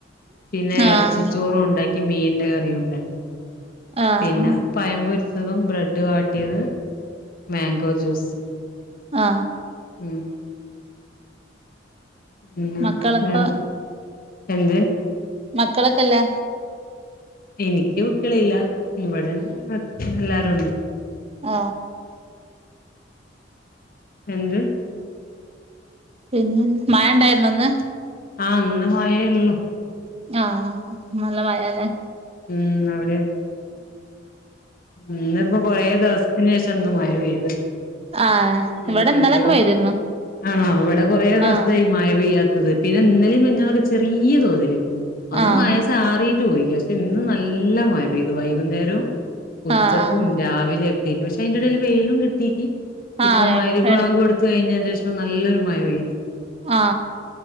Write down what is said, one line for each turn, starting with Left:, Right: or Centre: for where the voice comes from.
Left: പിന്നെ
Right: ആഹ്
Left: ഇറച്ചിച്ചോറും ഉണ്ടാക്കി മീൻ കറിയും ഉണ്ടാക്കി
Right: ആഹ്
Left: പിന്നെ പഴം പൊരിച്ചതും ബ്രെഡ് വാട്ടിയത് മാങ്കോ ജ്യൂസ്
Right: ആ
Left: ഉം ഉം
Right: മക്കളൊക്കെ
Left: വേറെ എന്ത്
Right: മക്കളൊക്കെല്ലേ
Left: എനിക്ക് കുട്ടികളില്ല ഇവിടെ എല്ലാരുണ്ട്
Right: ആ
Left: എന്ത്
Right: പിന്നെ മഴ ഉണ്ടായിരുന്നോ ഇന്ന്
Left: ആ ഇന്ന മഴൊള്ളു
Right: ആഹ നല്ല മഴയാല്ലേ
Left: ഉം അവിടെയൊ ഇന്നിപ്പോ കൊറേ ദിവസത്തിന് ശേഷം ഇന്ന് മഴ പെയ്ത്
Right: ആ ഇവിടെ
Left: ഉം
Right: ഇന്നലൊക്കെ
Left: എത്രയോ
Right: പെയ്തിരുന്നു
Left: ആണോ ഇവിടെ കുറെേ ദിവസായി
Right: ആഹ്
Left: മഴ പെയ്യാത്തത് പിന്നെ ഇന്നലേം മിനിങ്ങാന്നൊക്കെ ചെറിയ തോതില് ഒന്ന്
Right: ആഹ്
Left: മഴച്ചാറിയിട്ട് പോയി. പക്ഷെ ഇന്ന് നല്ല മഴ പെയ്തു വൈകുന്നേരവും ഉച്ചക്കും
Right: ആഹ് ആഹ്
Left: രാവിലൊ ഒക്കെ ആയിട്ട് പക്ഷെ അതിന്റെ ഇടൽ വെയിലും കിട്ടീക്ക് ഇപ്പൊ
Right: ആഹ്
Left: മഹ്രി രി ബാങ്ക്
Right: എട്
Left: കൊടുത്ത് കഴിഞ്ഞതിന്റെ ശേഷം നല്ലൊരു മഴ പെയ്ത്
Right: ആ